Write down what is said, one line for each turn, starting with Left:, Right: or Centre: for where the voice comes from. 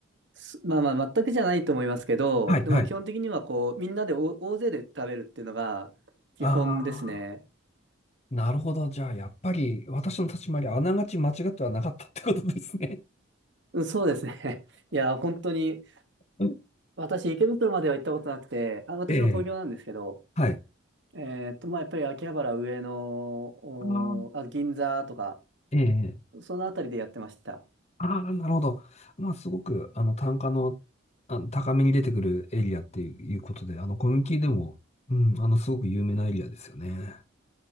Right: すまあまあ、全くじゃないと思いますけど、
Left: はい、
Right: でも基本的にはこう、
Left: はい。
Right: みんなで大大勢で食べるっていうのが基本ですね。
Left: ああ、なるほど。じゃあ、やっぱり私の立ち回り、あながち間違ってはなかったってことですね。
Right: うんそうですね。<laughs> いや、本当に、
Left: <laughs> うん
Right: 私、池袋までは行ったことなくて、あ、私も東京なんですけど、
Left: ええ、はい。
Right: えーっと、まあ、やっぱり秋葉原、上野、おーあ、
Left: あー
Right: 銀座とか、
Left: ええ、
Right: そのあたりでやってました。
Left: ああ、なるほど。まあ、すごく、あの、単価の、あの、高めに出てくるエリアっていうことで、あの、コミュニティでも、うん、あの、すごく有名なエリアですよね。